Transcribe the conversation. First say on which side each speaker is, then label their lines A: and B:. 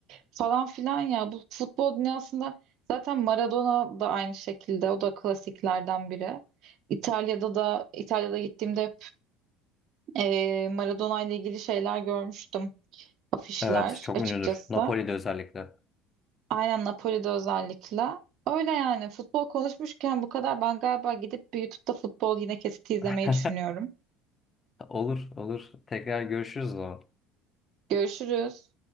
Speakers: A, on the right (about 60°); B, on the left (about 30°).
A: Falan filan ya. Bu futbol dünyasında zaten Maradona da aynı şekilde. O da klasiklerden biri. İtalya'da da İtalya'da gittiğimde ee, Maradona ile ilgili şeyler görmüştüm. Afişler
B: Evet çok
A: açıkçası.
B: ünlüdür. Napoli'de özellikle.
A: Aynen Napoli'de özellikle. Öyle yani futbol konuşmuşken bu kadar. Ben galiba gidip bir YouTube'da futbol yine kesiti izlemeyi
B: <laughs>
A: düşünüyorum.
B: Olur olur. Tekrar görüşürüz o zaman.
A: Görüşürüz.